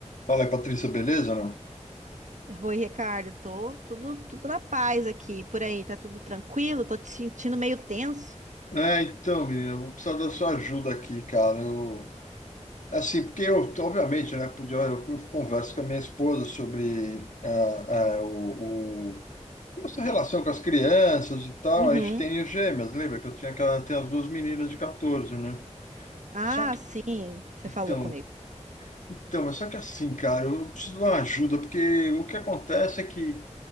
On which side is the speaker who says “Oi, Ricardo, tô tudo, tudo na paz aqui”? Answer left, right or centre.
Right